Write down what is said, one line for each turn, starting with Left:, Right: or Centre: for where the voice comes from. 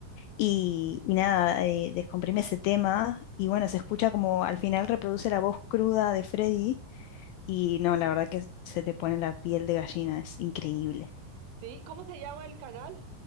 Left: y, y nada, eh, descomprime ese tema, y bueno, se escucha como al final reproduce la voz cruda de Freddy, y no, la verdad que se te pone la piel de gallina, es increíble.
Right: Sí, ¿cómo se llama el canal?